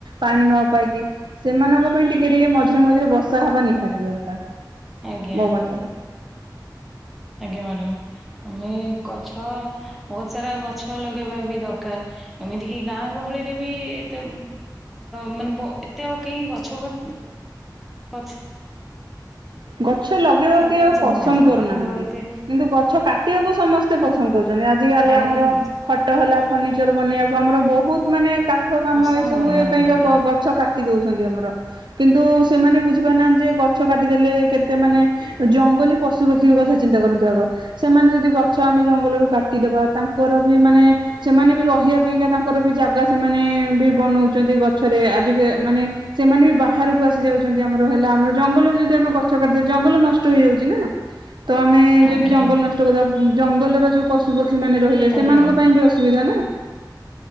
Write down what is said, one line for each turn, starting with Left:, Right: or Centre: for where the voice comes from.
Right: ପାଣି ନ ପାଇକି ସେମାନଙ୍କ ପାଇଁ ଟିକେ ଟିକେ ମଝିରେ ମଝିରେ ବର୍ଷା ହବା ନିହାତି ଦରକାର ।
Centre: ଆଜ୍ଞା।
Right: ମୋ ମତ ରେ ।
Centre: ଆଜ୍ଞା ମ୍ୟାଡାମ ଆମେ । ଗଛ ବହୁତ ସାରା ଗଛ ଲଗେଇବା ବି ଦରକାର ଏମିତି କି ଗାଁ ଗହଳି । ରେ ବି ଏତେ ମାନେ ବ ଏତେ ଆଉ କେହି ଗଛ ପ ଗଛ ।
Right: ଗଛ ଲଗେଇବାକୁ କେଇ
Centre: ପାଇଁ
Right: ଆଉ
Centre: ଚାହୁଁନାହାନ୍ତି
Right: ପସନ୍ଦ କରୁନାହାନ୍ତି
Centre: ପ୍ରାୟତଃ ଏତେ
Right: କିନ୍ତୁ ଗଛ କାଟିବାକୁ ସମସ୍ତେ ପସନ୍ଦ କରୁଛନ୍ତି ଆଜି କାଲି
Centre: ହାଣି
Right: ଆମର ଖଟ ହେଲା ଫର୍ଣିିଚର ବନେଇବାକୁ ଆମର ବହୁତ ମାନେ କାଠ କାମ
Centre: ପସନ୍ଦ
Right: ଏ ସବୁ
Centre: କରୁନାହାନ୍ତି
Right: ଇଏ ପାଇଁକା
Centre: ଆଜ୍ଞା
Right: ଗଛ କାଟି ଦଉଛ ଆମର କିନ୍ତୁ ସେମାନେ ବୁଝପାର ନାହାନ୍ତି ଯେ ଗଛ କାଟିଦେଲେ । କେତେ ମାନେ ଜଙ୍ଗଲୀ ପଶୁ ପକ୍ଷୀଙ୍କ କଥା ଚିନ୍ତା କରନ୍ତୁ ଆଗ ସେମାନେ ଯଦି ଗଛ ଆମେ ଜଙ୍ଗଲରୁୁ କାଟିଦବା ତାଙ୍କର ବି ମାନେ ସେମାନେ ବି ରହିବା ପାଇଁକା ତାଙ୍କର ବି ଜାଗା ସେମାନେ ବି ବନଉଛନ୍ତି ଗଛରେ ଆଜି ମାନେ ସେମାନେ ବି ବାହାରକୁ ଆସି ଯାଉଛନ୍ତି ଆମର ହେଲା ଆମର ଜଙ୍ଗଲରୁ ଯଦି ଆମେ ଗ ଛ କାଟି ଦଉଚେ ଜଙ୍ଗଲ ନଷ୍ଟ ହେଇଯାଉଛି ନା । ତ ଆମେ ଯଦି
Centre: ଆଜ୍ଞା
Right: ଜଙ୍ଗଲ
Centre: ଆଜ୍ଞା
Right: ନଷ୍ଟ କରିବା ଜଙ୍ଗଲର ଯୋଉ ପଶୁପକ୍ଷୀ ମାନେ ରହିଲେ ସେମାନଙ୍କ
Centre: ଆଜ୍ଞା ମ୍ୟାଡ଼ାମ
Right: ପାଇଁ ବି ଅସୁବିଧା ନା ।